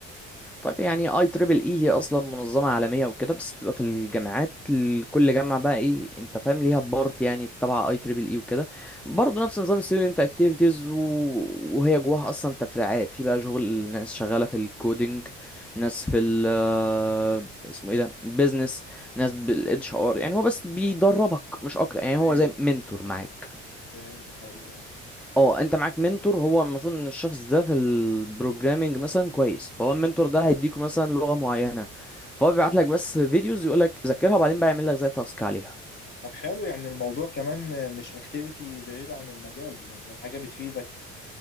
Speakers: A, in the centre; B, on the left (about 30°).
A: طيب يعني اي تريبل اي هي اصلا منظمه عالميه وكده بس بتبقى في الجامعات ال- كل جامعه بقى ايه انت فاهم ليها بارت يعني تبع اي تريبل اي وكده برضه نفس نظام ستودنت اكتيفيتيز وهي جواها اصلا تفريعات في بقى شغل ناس شغاله في الكودينج ناس في ال آه، اسمه ايه ده بيزنس ناس بالاتش ار يعني هو بس بيدربك مش اكتر يعني هو
B: ايوه
A: زي منتور معاك
B: فهمتك ايوه
A: اه انت معاك منتور هو المفروض ان الشخص ده في البروجرامينج مثلا كويس فهو المنتور ده هيديكوا مثلا لغة معينة فهو بيبعت لك بس فيديوز يقول لك ذاكرها وبعدين بقى يعمل لك زي تاسك عليها
B: طب حلو يعني الموضوع كمان مش اكتيفيتي بعيدة عن المجال ده حاجة بتفيدك